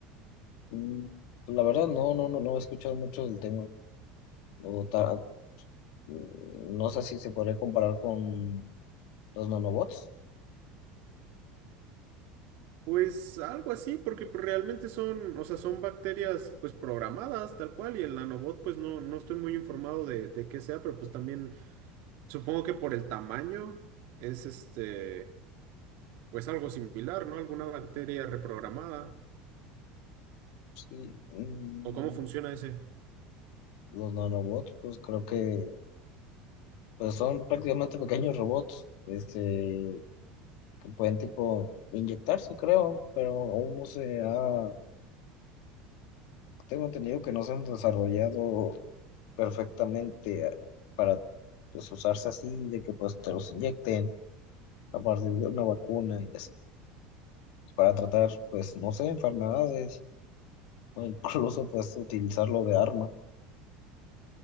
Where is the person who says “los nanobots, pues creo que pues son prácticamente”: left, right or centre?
Left